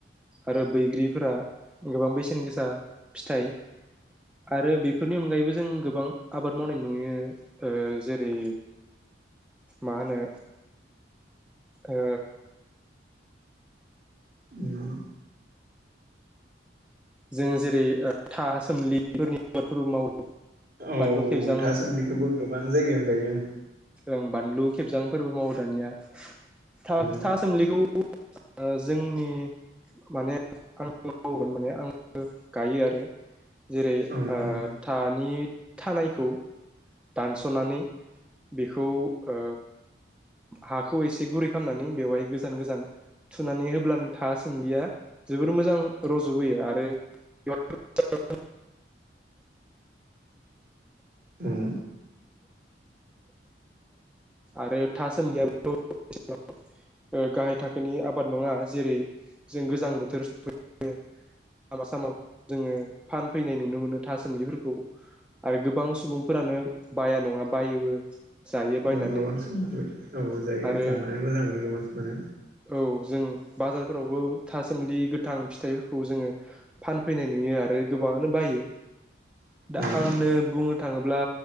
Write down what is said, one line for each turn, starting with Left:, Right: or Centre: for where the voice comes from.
Centre: आरो बैग्रिफोरा गोबां बेसे न गोसा फिथाइ आरो बेफोरनि अनगायैबो जों गोबां आबाद मावनाय नुयो ओ जेरै मा होनो ओ
Right: उम
Centre: जों जेरै ओ था सोमलिफोरनि मावो
Right: औ
Centre: बानलु खेबजां
Right: थासुमलिखोबो गोबां जायगायावनो गायो
Centre: ओं बानलु खेबजांफोरबो मावो दानिया थ-था
Right: ओं
Centre: सोमलिखौ जोंनि माने <inaudible> गायो आरो जेरै
Right: गोबां सुबुं
Centre: ओ थानि थानायखौ दानस'नानै बेखौ ओ हाखौ एसे गुरै खालामनानै बेवहाय गो जान गोजान थुनानै होब्लानो था सोमलिया जोबोर मोजां रज'बोयो आरो <unintelligible>
Right: ओम
Centre: आरो था <unintelligible> ओ गाहाय थाखोनि आबाद नङा जेरै जों गोजां बोथोर <inaudible> फैयो लामा सामा जोङो फानफैनाय नुनो मोनो था सोमलिफोरखौ आरो गोबां सुबुंफोरानो बाया नङा बायोबो जायो बायनानै
Right: औ गोबां सम औ जायो
Centre: आरो
Right: जानानै मोजां मोनो गोबां समानो
Centre: औ जों बाजार फोरावबो थासोमलि गोथां फिथ फिथाइफोरखौ जोङो फानफैनाय नुयो आरो गोबाङानो बायो
Right: औ
Centre: दा आंनो बु थाङोब्ला